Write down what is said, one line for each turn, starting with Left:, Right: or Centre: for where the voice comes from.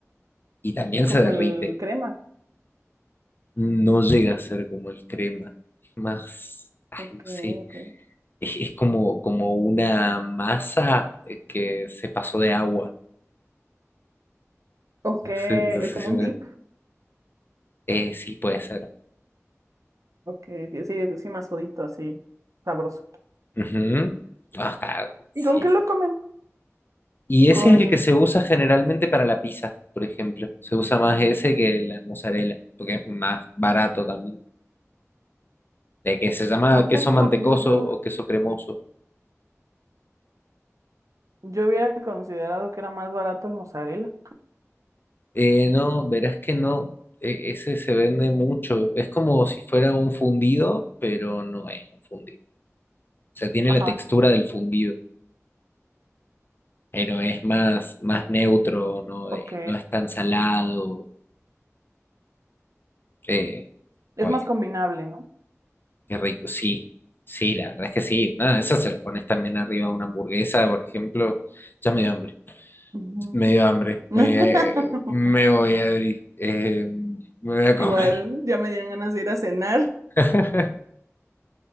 Left: y también
Right: Como
Left: se derrite.
Right: el crema.
Left: No llega a ser como el crema, es más, ay,
Right: Ok,
Left: no sé,
Right: ok.
Left: es, es como, como una masa eh, que se pasó de agua.
Right: Ok,
Left: No
Right: eh,
Left: sé, no sé
Right: como
Left: si
Right: un dip.
Left: me- eh, sí, puede ser.
Right: Ok, que sí, sí, más jodito, así, sabroso.
Left: Ujú. Ajá, sí.
Right: ¿Y con qué lo comen?
Left: Y ese
Right: Con...
Left: es el que se usa generalmente para la pizza, por ejemplo. Se usa más ese que la mozzarella, porque es más barato también. De que se llama
Right: ¿A
Left: queso
Right: poco?
Left: mantecoso
Right: Yo, yo,
Left: o queso cremoso.
Right: yo había considerado que era más barato el mozzarella.
Left: Eh, no, verás que no. E- ese se vende mucho. Es como si fuera un fundido, pero no es un fundido. O sea, tiene
Right: Ajá,
Left: la textura del fundido, pero es más, más neutro, no,
Right: ok.
Left: Eh, no es tan salado. Eh,
Right: Es
Left: oye,
Right: más combinable, ¿no?
Left: qué rico. Sí, sí, la verdad es que sí. Nada, eso se lo pones también arriba a una hamburguesa, por ejemplo. Ya me dio hambre.
Right: Ujú.
Left: Me dio hambre. Me,
Right: <laughs>
Left: me voy, a Eh, me voy a comer.
Right: Igual, ya me dieron ganas de ir a cenar.
Left: <laughs>